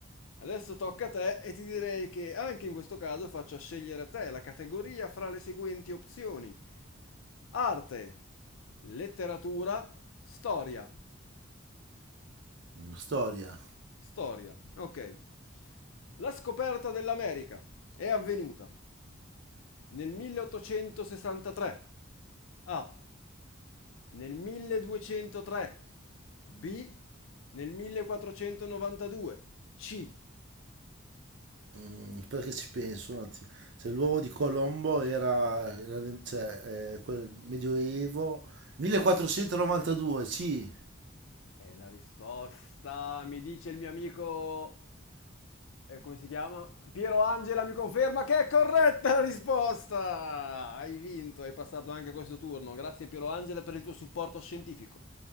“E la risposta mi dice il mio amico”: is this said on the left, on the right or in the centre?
Left